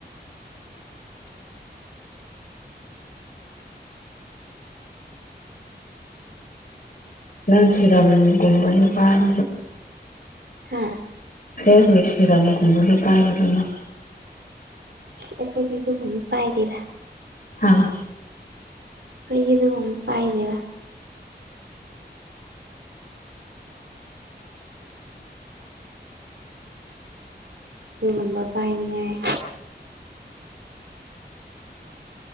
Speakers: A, on the left; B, on the right.
A: ꯅꯪ ꯁꯤꯔꯝꯒꯨꯝꯕ ꯅꯨꯄꯥ <inaudible>
B: ꯍꯥꯥ
A: ꯐꯦꯁ ꯁꯤꯔꯝ <inaudible>
B: ꯑꯩꯈꯣꯏꯗꯤ ꯑꯗꯨꯒꯨꯝꯕ ꯄꯥꯏꯗꯦꯗ
A: ꯑꯥ
B: ꯑꯩꯗꯤ꫰ꯑꯗꯨꯒꯨꯝꯕ ꯄꯥꯏꯗꯦꯕꯥ ꯑꯗꯨꯒꯨꯝꯕ ꯄꯥꯏꯅꯤꯡꯉꯥꯏ